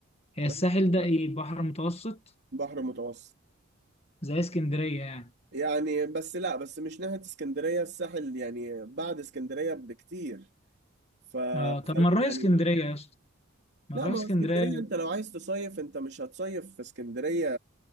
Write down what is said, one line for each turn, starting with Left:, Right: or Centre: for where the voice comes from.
Left: هي
Right: بس
Left: الساحل ده
Right: آه،
Left: ايه بحر متوسط
Right: بحر متوسط
Left: زي اسكندريه يعني
Right: يعني بس لا بس مش ناحيه اسكندريه الساحل يعني بعد اسكندريه بكتير ف... فلا
Left: اه طب ما نروح اسكندريه
Right: يعني
Left: يا اسطى ما
Right: لا
Left: نروح
Right: ما
Left: اسكندريه
Right: هو اسكندريه انت لو عايز تصيف انت مش هتصيف في اسكندريه